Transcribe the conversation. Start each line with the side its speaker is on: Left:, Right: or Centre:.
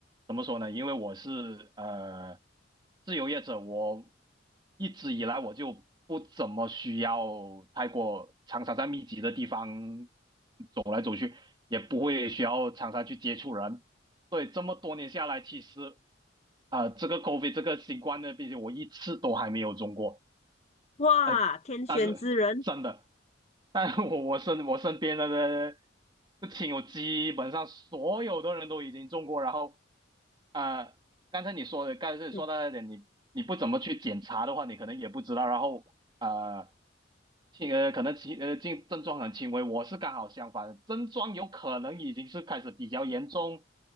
Right: 怎么说呢？因为我是呃自由业者，我一直以来我就不怎么需要太过常常在密集的地方走来走去，也不会需要常常去接触人，所以这么多年下来，其实啊、呃这个 COVID 这个新冠的病毒，我一次都还没有中过。
Left: 哇，
Right: 呃，
Left: 天选之人，
Right: 但是真的，但我我身我身边的不亲友基本上所有的人都已经中过，然后呃，刚才你说的，刚才你说到一点，
Left: 嗯，
Right: 你你不怎么去检查的话，你可能也不知道，然后呃，轻呃可能轻呃症症状很轻微，我是刚好相反，症状有可能已经是开始比较严重。